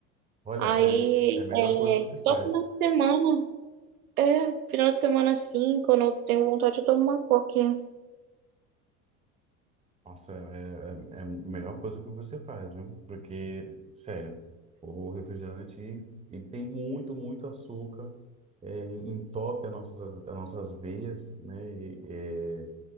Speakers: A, on the right (about 15°); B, on the right (about 80°).
A: Olha,
B: Aí
A: é a, é
B: é
A: a melhor coisa que se
B: só
A: faz.
B: final de semana, é, final de semana assim, quando eu tenho vontade, eu tomo uma coquinha. Não
A: Nossa, é, é, é a melhor coisa que você faz, viu? Porque, sério, o refrigerante ele tem muito, muito açúcar, é, entope as nossas, as nossas veias, né? E, é,